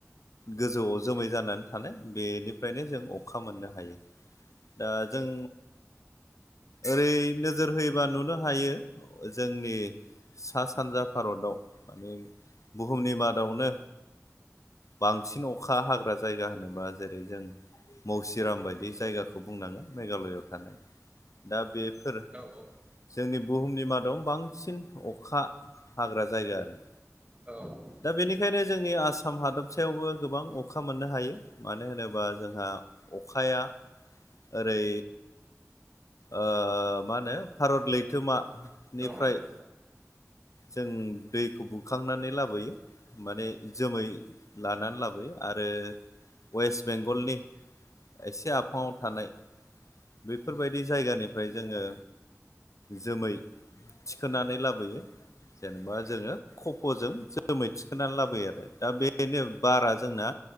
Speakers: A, on the left; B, on the right.
A: गोजौआव जोमै जानानै थानाय बेनिफ्रायनो जों अखा मोननो हायो। दा जों ओरै नोजोर होयोबा नुनो हायो जोंनि सा- सानजा भारताव माने बुहुमनि मादावनो बांसिन अखा हाग्रा जायगा होनोबा जेरै जों मौसिराम बायदि जायगाखौ बुंनाङो मेघालयआव थानाय दा बेफोर
B: औ औ
A: जोंनि बुहुमनि मादाव बांसिन अखा हाग्रा जायगा आरो
B: औ औ
A: दा बेनिखायनो जोंनि आसाम हादबसायावबो गोबां अखा मोननो हायो। मानो होनोबा जोंहा अखाया ओरै आ मा होनो भारत लैथोमानिफ्राय
B: नंगौ नोंथां। औ नंगौ नोंथां।
A: जों दैखौ बुखांनानै लाबोयो माने जोमै लानानै लाबोयो आरो वेस्ट बेंगलनि एसे आफाङाव थानाय बेफोरबायदि जायगानिफ्राय जोङो जोमै थिखोनानै लाबोयो जेनेबा जोङो खफ'जों जोमै थिखोनानै लाबोयो आरो दा बेनो बारा जोंना